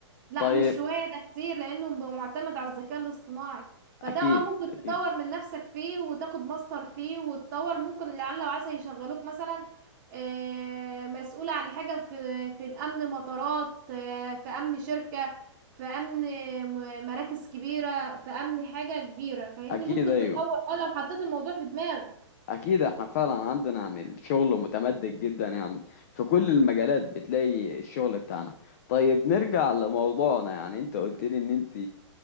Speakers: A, on the right (about 35°); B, on the left (about 30°).
A: لا
B: طيب
A: مش شوية ده كتير لأنه م- معتمد على الذكاء الاصطناعي فده
B: اكيد
A: اه ممكن تطور
B: اكيد
A: من نفسك فيه وتاخد ماستر فيه وتطور ممكن لعل وعسى يشغلوك مثلا آه، مسؤول عن حاجة في في الأمن مطارات آه، في أمن شركة في أمن م- مراكز كبيرة في أمن حاجة كبيرة فاهمني
B: اكيد
A: ممكن
B: ايوه
A: تطور اه لو حطيت الموضوع في دماغك
B: اكيد احنا فعلا عندنا يعني الشغل متمدد جدا يعني في كل المجالات بتلاقي الشغل بتاعنا طيب نرجع لموضوعنا يعني انت قلت لي ان انت